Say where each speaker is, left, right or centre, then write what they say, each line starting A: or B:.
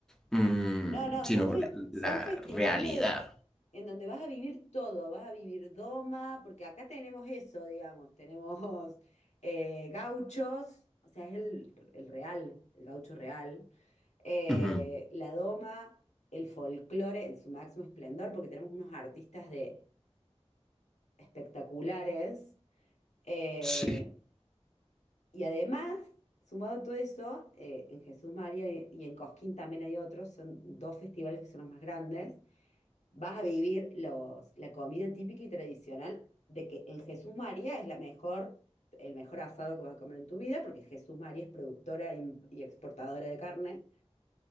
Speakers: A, in the centre; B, on the left.
A: mm,
B: No, no,
A: sino
B: son, fes-
A: la,
B: son
A: la
B: festivales
A: realidad.
B: en donde vas a vivir todo, vas a vivir doma, porque acá tenemos eso, digamos, tenemos eh, gauchos, o sea, es el, el real, el gaucho real, eh,
A: Ujú,
B: la doma, el folclore en su máximo esplendor, porque tenemos unos artistas de espectaculares, eh,
A: Sí.
B: y además, sumado a todo eso, eh, en Jesús María y y en Cosquín también hay otros, son dos festivales que son los más grandes vas a vivir los, la comida típica y tradicional de que en Jesús María es la mejor, el mejor asado que vas a comer en tu vida, porque Jesús María es productora y, y exportadora de carne,